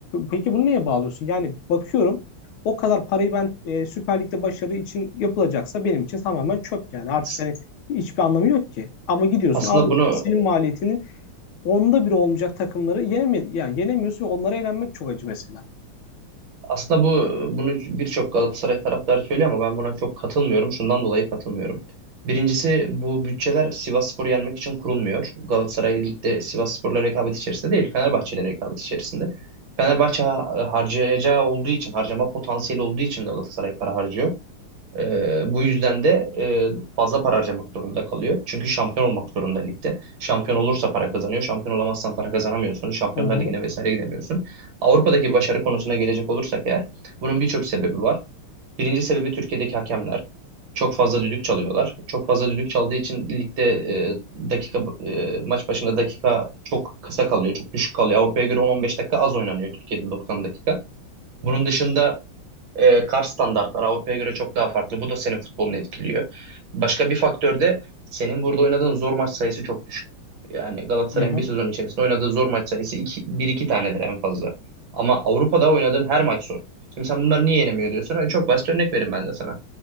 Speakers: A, on the left; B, on the right.
A: Peki bunu neye bağlıyorsun? Yani bakıyorum o kadar parayı ben e, Süper Lig'de başarı için yapılacaksa benim için tamamen çöp yani. Artık
B: As-
A: hani hiçbir anlamı yok ki. Ama gidiyorsun
B: Aslında
A: Avrupa'da
B: bunu
A: senin maliyetinin onda biri olmayacak takımları yenemi yani yenemiyorsun ve onlara eğlenmek çok acı mesela.
B: Aslında bu bunu birçok Galatasaray taraftarı söylüyor ama ben buna çok katılmıyorum. Şundan dolayı katılmıyorum. Birincisi bu bütçeler Sivasspor'u yenmek için kurulmuyor. Galatasaray ligde Sivasspor'la rekabet içerisinde değil, Fenerbahçe'yle rekabet içerisinde. Fenerbahçe ha- harcayacağı olduğu için, harcama potansiyeli olduğu için Galatasaray para harcıyor. Ee, bu yüzden de e, fazla para harcamak zorunda kalıyor. Çünkü şampiyon olmak zorunda ligde. Şampiyon olursa para kazanıyor. Şampiyon olamazsan para kazanamıyorsun. Şampiyonlar
A: Hı hı.
B: Ligi'ne vesaire gidemiyorsun. Avrupa'daki başarı konusuna gelecek olursak eğer bunun birçok sebebi var. Birinci sebebi Türkiye'deki hakemler. Çok fazla düdük çalıyorlar. Çok fazla düdük çaldığı için ligde e, dakika e, maç başına dakika çok kısa kalıyor, çok düşük kalıyor. Avrupa'ya göre 10-15 dakika az oynanıyor Türkiye'de 90 dakika. Bunun dışında e, kar standartlar Avrupa'ya göre çok daha farklı. Bu da senin futbolunu etkiliyor. Başka bir faktör de senin burada oynadığın zor maç sayısı çok düşük. Yani Galatasaray'ın
A: Hı hı.
B: bir sezon içerisinde oynadığı zor maç sayısı iki bir iki tanedir en fazla. Ama Avrupa'da oynadığın her maç zor. Şimdi sen bunları niye yenemiyor diyorsun? E, Çok basit örnek vereyim ben de sana.